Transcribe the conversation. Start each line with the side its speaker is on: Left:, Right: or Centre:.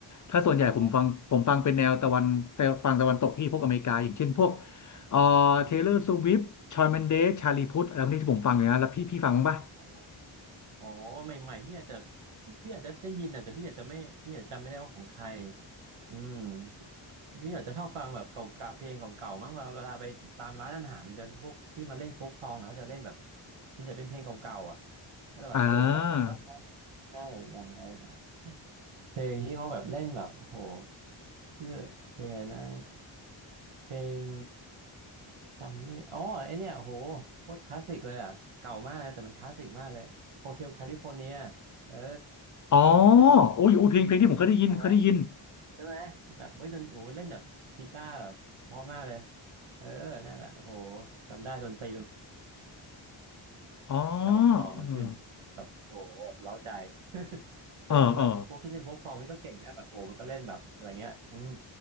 Left: ถ้าส่วนใหญ่ผมฟังผมฟังเป็นแนวตะวัน
Right: โอ้โห
Left: ฟังตะวันตกพี่พวกอเมริกาอย่างเช่นพวกเอ่อเทเลอร์สวิฟต์ชอยแมนเดสชาลีพุทอะไรพวกนี้ที่ผมฟังอยู่นะแล้วพี่พี่ฟังบ้างปะ
Right: อืมโอ้โหใหม่ๆพี่อาจจะพี่พี่อาจจะได้ยินอะแต่พี่อาจจะไม่พี่อาจจะจำไม่ได้ว่าของใครอืม พี่อาจจะชอบฟังแบบเก่าๆเพลงเก่าๆ มากกว่าเวลาไปตามร้านอาหารมันจะพวกที่มาเล่นโฟกซองอะเขาจะเล่นแบบส่วนใหญ่เป็นเพลงเก่าๆ อ่ะก็จะแบบเออมันก็ฟังแล้วเพราะ
Left: อ่า
Right: ใช่อย่างอะไรนะเพลงที่เขาแบบเล่นแบบโอ้โหชื่อเพลงอะไรนะเพลงจำไม่อ๋อไอเนี่ยโอ้โหโคตรคลาสสิกเลยอ่ะเก่ามากนะแต่มันคลาสสิกมากเลย Hotel California เออ
Left: อ๋อ
Right: เคย
Left: โอ้ยโอ้ยเพลงเพลงที่ผมเคยได้ยินเคยได้ยิน
Right: เอาไหม ใช่ไหมแบบเฮ้ยดนโอ้โหมันเล่นแบบกีตาร์แบบเพราะมากเลยเออนั่นแหละโอ้โหจำได้ดนตรีมัน
Left: อ๋อ
Right: จังหวะกลองมันขึ้นแบบโอ้โหแบบเร้าใจ
Left: เออ
Right: <laughs> เคยเหมือนแบบพวกที่เล่นโฟกซองนี่ก็เก่งนะแบบโอ้โหมันก็เล่นแบบอะไรเงี้ยอืม
Left: เออเออ